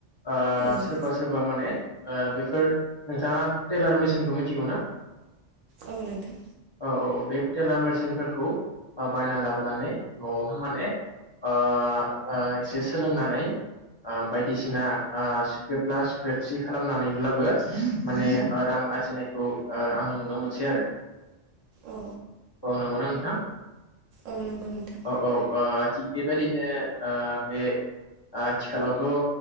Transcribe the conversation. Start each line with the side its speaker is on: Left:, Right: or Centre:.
Left: ओ
Right: औ।
Left: सोरबा सोरबा माने ओ बेफोर नोंथाङा टेलार मेसिनखौ मिथिगौ ना?
Right: औ नोंथां
Left: <inaudible> औ औ बे टेलार मोरसिंफोरखौ बायना लाबोनानै न'आवनो माने ओ एसे सोलोंनानै ओ बायदिसिना ओ सुख्रेबला सुख्रेबसि खालामनानैब्लाबो माने ओ रां आरजिनायखौ आङो नुनो मोनसै आरो।
Right: औ
Left: <inaudible> आ नंगौना? थां
Right: औ
Left: <inaudible>
Right: नंगौ नोंथां।
Left: औ औ थि बे बेबायदिनो ओ बे ओ आथिखालावथ' ओ